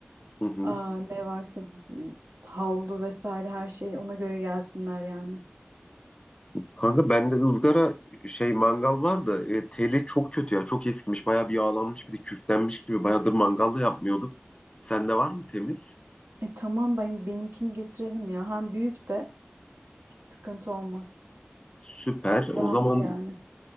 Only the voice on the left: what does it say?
Hı hı.
Kanka bende ızgara şey mangal var da e, teli çok kötü ya. Çok eskimiş. Bayağı bir yağlanmış bir de küflenmiş gibi. Bayağıdır mangal da yapmıyorduk. Sende var mı temiz?
Süper.
O zaman